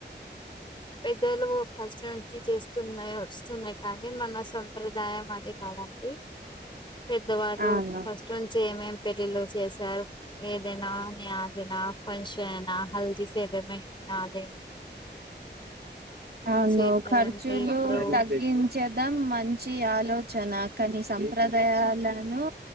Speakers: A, on the left; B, on the right.
A: పెదోలు ఫస్ట్ నుంచి చేస్త వస్తున్నాయి వస్తున్నాయి కానీ మన సంప్రదాయం అది కాదండి. పెద్దవాళ్ళు
B: అవును
A: ఫస్ట్ నుంచి ఏమేం పెళ్ళిలో చేశారు ఏదైనా నే ఆదైనా ఫంక్షన్ ఐనా హల్దీస్ అగ్రిమెంట్ నాదే
B: అవును
A: చేయట్లేదండి
B: ఖర్చులు
A: ఇప్పుడు
B: తగ్గిం చేద్దాం మంచి ఆలోచన కానీ సంప్రదయాలను